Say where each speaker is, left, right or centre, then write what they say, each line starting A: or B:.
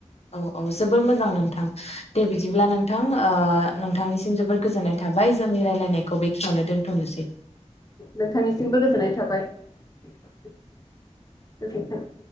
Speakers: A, on the left; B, on the left.
A: औ औ जोबोर मोजां नोंथां। दे बिदिब्ला नोंथां ओ नोंथांनिसिम जोबोर गोजोननाय थाबाय जोंनि रायलायनायखौ बेखिनियावनो दोनथ'नोसै।
B: नोंथांनिसिमबो गोजोननाय थाबाय गोजोनथों।